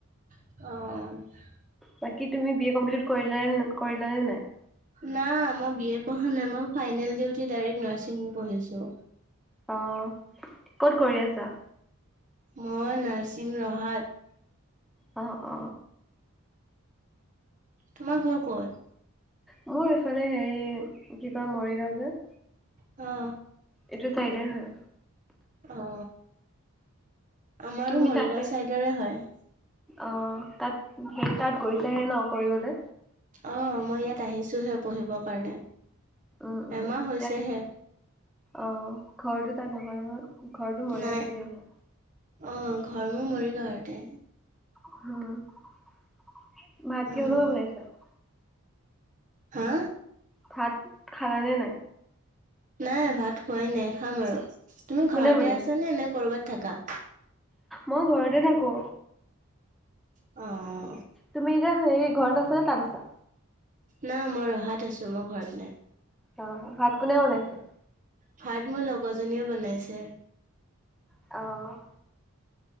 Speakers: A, on the right; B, in the centre.
A: অঁ অ।
B: বাকী তুমি বি এ কমপ্লিট কৰিলা কৰিলা নে নাই?
A: না মই বি এ পঢ়া নাই মই ফাইনেল ডি উঠি ডাইৰেক্ট নাৰ্ছিং পঢ়িছো।
B: অ', ক'ত কৰি আছা?
A: মই নাৰ্চিং ৰহাত।
B: অ', অ'।
A: তোমাৰ ঘৰ ক'ত?
B: মোৰ এইফালে হেৰি কি কয় মৰিগাঁও যে -
A: অঁ',।
B: এইটো চাইদে হয়।
A: অ, আমাৰো
B: তুমি
A: মৰিগাঁও
B: তাতে
A: ছাইডৰে হয়।
B: অ, তাত সেই তাত গৈছেহে ন কৰিবলে?
A: অ মই ইয়াত আহিছোহে পঢ়িবৰ কাৰণে।
B: উম উম
A: এমাহ হৈছেহে।
B: তাত অ ঘৰটো তাত নহয় নহয় ঘৰটো মৰিগাঁও
A: নাই
B: ছাইডে ন।
A: অ' ঘৰ মোৰ মৰিগাঁওতে।
B: হা, ভাত কিহৰ লগত
A: অ',
B: বনাইছা?
A: হা?
B: ভাত খালা নে নাই?
A: নাই ভাত খোৱাই নাই খাম আৰু, তুমি
B: কোনে
A: ঘৰতে
B: বনাইছে
A: আছা নে, নে কৰ'বাত থাকা?
B: মই ঘৰতে থাকো।
A: অ', অ, অ
B: তুমি এতিয়া হেৰি ঘৰত আছ নে তাত আছা?
A: না মই ৰহাত আছো মই ঘৰত নাই।
B: অ', ভাত কোনে বনাইছে?
A: ভাত মোৰ লগৰজনীয়ে বনাইছে।
B: অ',।